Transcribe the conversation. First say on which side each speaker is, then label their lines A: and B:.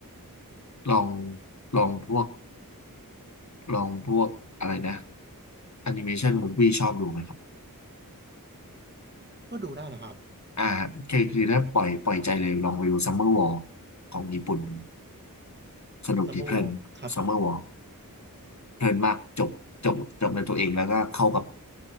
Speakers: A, on the left; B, on the right.
A: ลองลองพวกลองพวกอะไรนะแอนิเมชันมูฟวี่ชอบดูไหมครับ
B: ก็ดูได้นะครับ
A: อ่าคือคือถ้าปล่อยปล่อยใจเลยลองไปดูซัมเมอร์วอลของญี่ปุ่น สนุกดีเพลินซัมเมอร์วอล
B: Summerwall ครับ
A: เพลินมากจบจบจบในตัวเองแล้วก็เข้ากับ